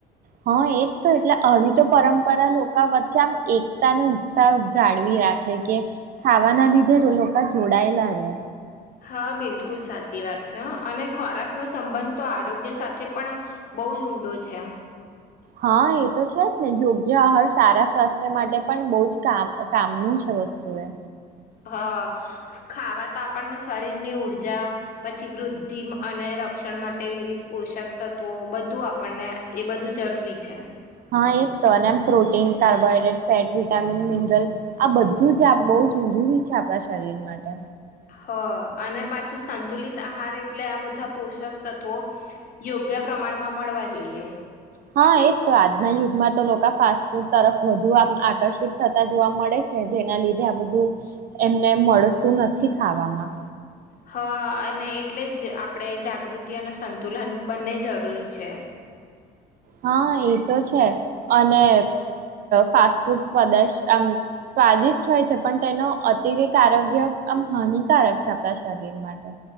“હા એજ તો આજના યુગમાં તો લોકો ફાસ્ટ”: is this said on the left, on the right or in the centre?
Right